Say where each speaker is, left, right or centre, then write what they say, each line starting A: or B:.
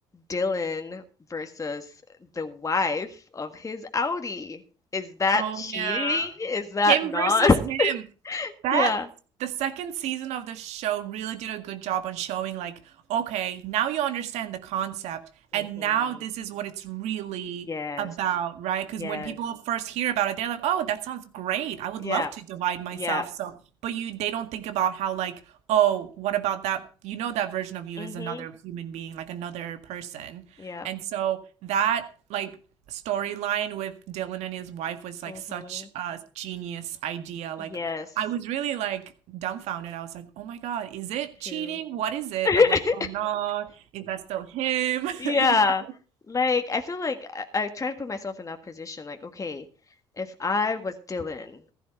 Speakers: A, on the left; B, on the right.
A: Dylan versus the wife of his Audi. Is that
B: Oh
A: cheating?
B: yeah.
A: Is that
B: Him
A: not?
B: versus him.
A: <laughs>
B: That
A: Yeah.
B: the second season of the show really did a good job on showing like, okay, now you understand the concept
A: hmm
B: and now this is what it's really
A: Yes.
B: about, right? Because
A: Yes.
B: when people first hear about it, they're like, "Oh, that sounds great. I would
A: Yeah.
B: love to divide myself."
A: Yeah.
B: So, but you they don't think about how like, "Oh, what about that? You know that version of you
A: hmm
B: is another human being, like another person."
A: Yeah.
B: And so that like storyline with Dylan and his wife was like
A: hmm
B: such a genius idea.
A: Yes.
B: Like, I was really like dumbfounded. I was like, oh my God, is it cheating?
A: True.
B: What is it?
A: <laughs>
B: Like, what's going on? Is that still him? <laughs>
A: Yeah.
B: You know?
A: Like, I feel like I, I try to put myself in that position. Like, okay, if I was Dylan,